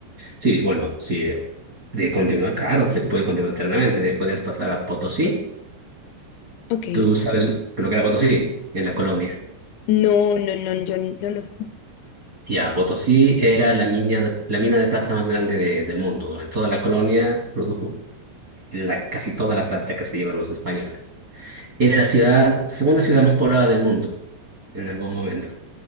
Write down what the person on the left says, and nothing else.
Ok.
No, no, no, yo no lo sé.